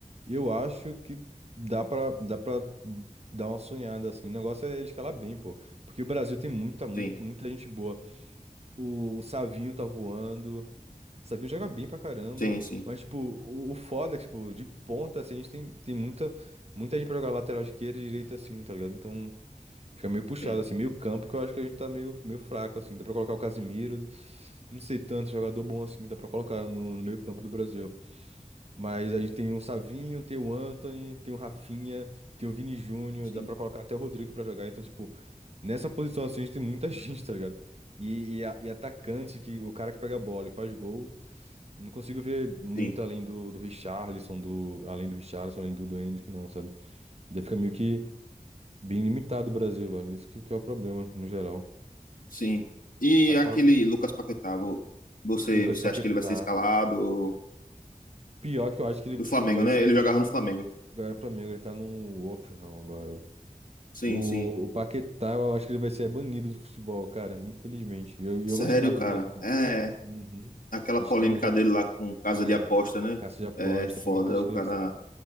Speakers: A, on the right; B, on the left.
A: eu acho que dá pra, dá pra dar uma sonhada, assim. O negócio é ele escalar bem, pô. Porque o Brasil tem muita, muita,
B: Sim,
A: muita gente boa. O, o Savinho tá voando. O Savinho joga bem pra caramba.
B: sim, sim,
A: Mas, tipo, o, o foda é que, tipo, de ponta, assim, a gente tem, tem muita, muita gente pra jogar lateral esquerda e direita, assim, tá ligado? Então. Fica meio puxado,
B: sim,
A: assim, meio campo, que eu acho que a gente tá meio, meio fraco, assim. Dá pra colocar o Casimiro, não sei tanto, jogador bom assim, dá pra colocar no, no meio campo do Brasil. Mas a gente tem o Savinho, tem o Anthony, tem o Rafinha, tem o Vini Júnior,
B: sim,
A: dá pra colocar até o Rodrigo pra jogar. Então, tipo, nessa posição assim, a gente tem muita <laughs> gente, tá ligado? E, e, a- e atacante, que o cara que pega a bola e faz gol, não consigo ver muito
B: sim,
A: além do, do Richarlison, do, além do Richarlison, além do, do Endrick, não, sabe? Daí fica meio que. Bem limitado o Brasil, velho. Isso que, que é o problema, no geral.
B: sim. E
A: Mas
B: aquele
A: coloca
B: Lucas Paquetá, vo- você,
A: Lucas
B: você
A: Paquetá.
B: acha que ele vai ser escalado
A: Pior que eu acho que ele
B: no Flamengo,
A: vai
B: né?
A: ser
B: Ele jogava no Flamengo.
A: jogar no Flamengo. Ele tá no Wolverhampton agora. velho.
B: Sim,
A: O,
B: sim.
A: o Paquetá, eu acho que ele vai ser banido do futebol, cara. Infelizmente. E Eu, e
B: Sério,
A: eu gostava
B: cara.
A: dele, pô.
B: É,
A: Uhum.
B: aquela
A: Esquema
B: polêmica
A: já.
B: dele lá com casa
A: É,
B: de aposta, né?
A: caça de aposta,
B: É foda.
A: pô. Eu Acho
B: O
A: que
B: cara
A: ele, vai ser-